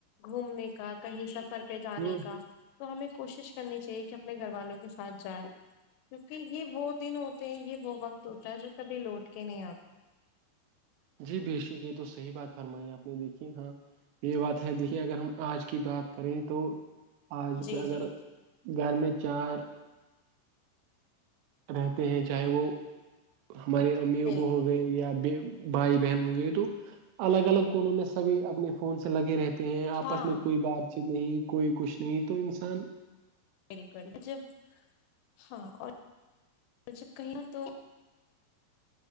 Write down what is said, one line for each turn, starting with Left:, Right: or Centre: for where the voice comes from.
Left: گھومنے کا کہیں سفر پہ جانے
Right: ہوں
Left: کا تو ہمیں کوشش کرنی چاہیے کہ اپنے گھر والوں کے ساتھ جائیں کیونکہ یہ وہ دن ہوتے ہیں یہ وہ وقت ہوتا ہے جو کبھی لوٹ کے نہیں آتا
Right: جی بے شک یہ تو صحیح بات فرمائی آپ نے دیکھی ہاں یہ بات ہے دیکھیے اگر ہم آج کی بات کریں تو آج
Left: جی
Right: اگر
Left: جی
Right: گھر میں چار رہتے ہیں چاہے وہ ہمارے امی ابو
Left: بالکل
Right: ہو گئے یا بے بھائی بہن ہوں گئے تو الگ الگ کونوں میں سبھی اپنے فون سے لگے رہتے ہیں آپس
Left: ہاں
Right: میں کوئی بات چیت نہیں کوئی کچھ نہیں تو انسان
Left: بالکل جب ہاں اور جب کہی تو